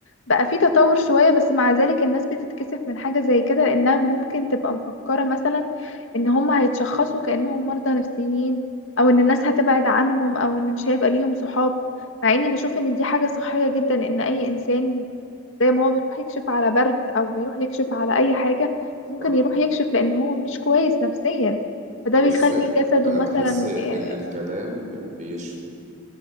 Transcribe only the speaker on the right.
صح
بص
أنا
بحس إن
الكلام ب- بيشفي